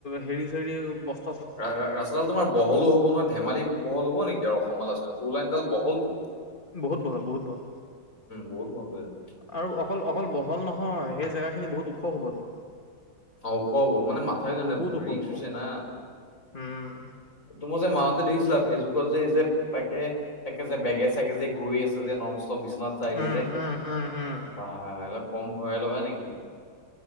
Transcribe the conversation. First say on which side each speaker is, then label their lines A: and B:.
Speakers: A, on the left; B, on the left.
A: হেৰি চেৰি বস্তু।
B: ৰাস্তাডাল তোমাৰ বহলো হ'ব নহয় ধেমালি বহল হব নেকি আৰু অসমৰ আলোচনীত লাইনডাল বহল। উ।
A: বহুত বহল বহুত বহল
B: বহুত বহলটো এইডাল
A: আৰু অকল অকল বহল নহয়। হয় সেই জেগাখিনি বহুত ওখ হ'বতো
B: অ ওখ হব মানে মাথাউৰি কাৰণে
A: বহুত ওখ
B: ৰিক্স
A: হ'ব
B: হৈছে না
A: উম
B: তোমাৰ যে মাওতে দেখিছিলা ফেচবুক পজে ই যে থাকে একে যে বেগে চাগে যে গৈ আছে যে নম চ বিশ্বনাথ চাৰিআলি
A: উম
B: যে
A: উম উম উম
B: বা অলপ কম ভয় লগা নিকি